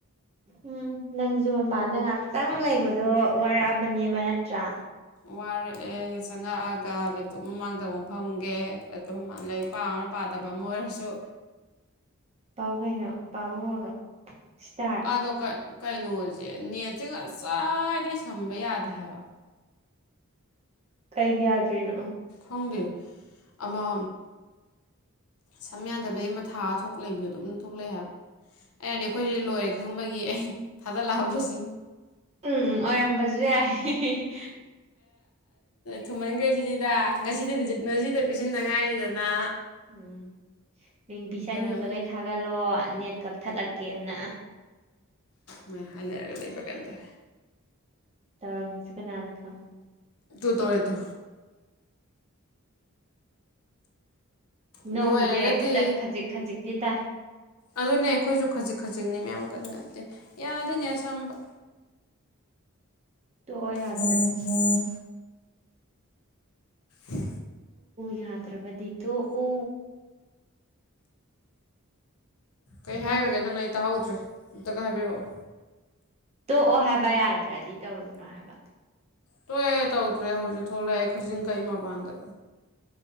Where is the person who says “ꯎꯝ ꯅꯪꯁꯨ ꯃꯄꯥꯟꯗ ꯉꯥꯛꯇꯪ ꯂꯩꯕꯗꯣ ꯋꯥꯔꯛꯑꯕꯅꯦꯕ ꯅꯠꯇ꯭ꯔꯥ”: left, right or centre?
Right